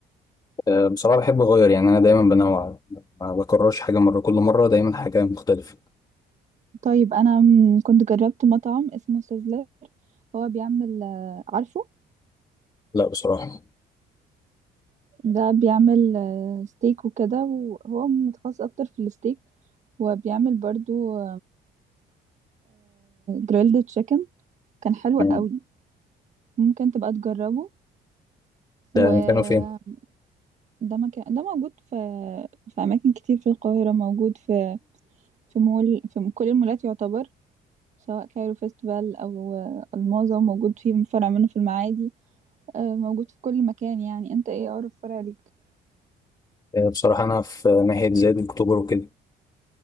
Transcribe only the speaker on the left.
آه، بصراحه بحب اغير يعني انا دايما بنوع ما بكررش حاجه مره كل مره دايما حاجه مختلفه
لا بصراحه
يعني
ده مكانه فين
آه، بصراحه انا في ناحيه زايد اكتوبر وكده